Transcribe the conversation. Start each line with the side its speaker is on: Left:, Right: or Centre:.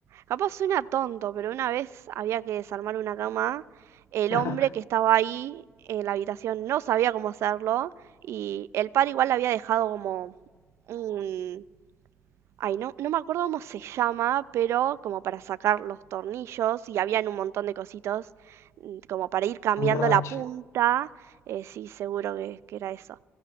Right: capaz suena tonto, pero una vez había que desarmar una cama, el
Left: <laughs>
Right: hombre que estaba ahí en la habitación no sabía cómo hacerlo y el par igual le había dejado como un, Ay, no, no me acuerdo cómo se llama, pero como para sacar los tornillos y habían un montón de cositos mm, como para ir cambiando
Left: Un rache.
Right: la punta. eh, sí, seguro que, que era eso.